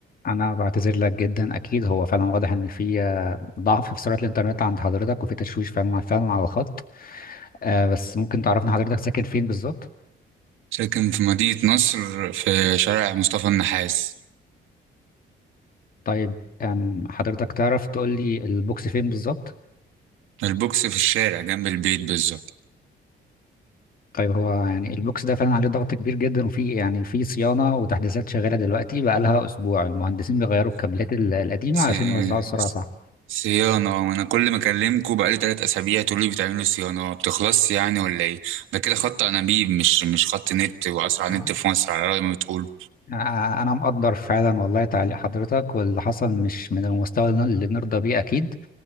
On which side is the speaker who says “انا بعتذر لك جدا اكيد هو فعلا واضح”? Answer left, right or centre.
Left